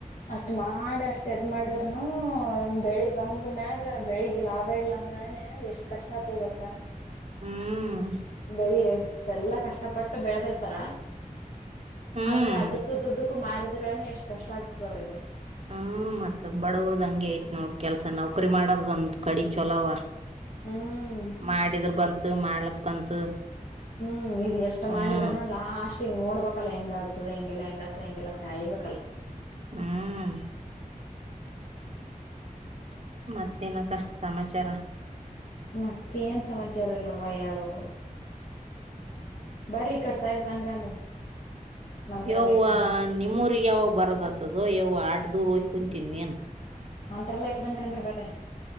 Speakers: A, on the left; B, on the right.
A: ಅಷ್ಟ್ ಮಾಡಿ ಅಷ್ಟ್ ಎದ್ ಮಾಡಿದ್
B: <inaudible>
A: ಒಂದ್ ಬೆಳಿ ಬಂದು ಮ್ಯಾಗ ಬೆಳಿಗೆ ಲಾಭ ಇಲ್ಲ ಅಂದ್ರೆನೆ ಎಷ್ಟು ಕಷ್ಟ ಆಗುತ್ತೆ ಗೊತ್ತಾ.
B: ಹ್ಮ್
A: ಬೆಳಿ ಎಷ್ಟು ಎಲ್ಲಾ ಕಷ್ಟ ಪಟ್ಟು ಬೆಳದಿರ್ತಾರ.
B: ಹ್ಮ್
A: ಅದೇ ಅಡ್ಡಕ್ಕೂ ದುಡ್ಡುಕ್ಕೂ ಮಾರಿದ್ದಾರೆನೇ ಎಷ್ಟ್ ಕಷ್ಟ ಆಗ್ತದೆ ಅವ್ರಿಗೆ
B: ಹ್ಮ್ ಮತ್ತೆ ಬಡವರದ್ ಹಂಗೆ ಐತ್ ನೋಡ್ ಕೆಲಸ ನೌಕರಿ ಮಾಡದು ಒಂದ್ ಕಡಿ ಚಲಾವ.
A: ಹ್ಮ್
B: ಮಾಡಿದ್ರೆ ಬಂತು ಮಾಡ್ಲಕ್ ಬಂತು.
A: ಹ್ಮ್ ಎಷ್ಟು
B: ಹ್ಮ್
A: ಮಾಡಿದ್ರನೂ ಲಾಸ್ಟ್ ಈಗ್ ನೋಡ್ಬೇಕಲ್ಲ ಹೆಂಗ ಆಗ್ತದೆ ಹೆಂಗಿಲ್ಲ ಹೆಂಗ್ ಆಗ್ತದೆ ಹೆಂಗಿಲ್ಲ ಅಂತ ಕಾಯಬೇಕಲ್ಲ.
B: ಹ್ಮ್ ಮತ್ತೇನ ಅಕ್ಕ ಸಮಾಚಾರ.
A: ಮತ್ತೆ ಏನ್ ಸಮಾಚಾರ ಇಲ್ಲ ನೋಡವ ಹೇಳ್ಬೇಕು. ಬರ್ರಿ ಈ ಕಡೆ ಸೈಡ್ ಬಂದ್ರ ಅಂದ್ರ. ಮಂತ್ರಾಲಯಕ್
B: ಯವು
A: ಹಂಗ
B: ನಿಮ್ಮೂರಿಗೆ ಯಾವಾಗ ಬರದ ಆತದ ಯವು ಆಟ ದೂರು ಹೋಗಿ ಕುಂತೀನಿ ನೀನ್.
A: ಮಂತ್ರಲ್ಲಯಾಕ್ ಬಂದ್ರ ಅಂದ್ರ ಬ್ರರಿ.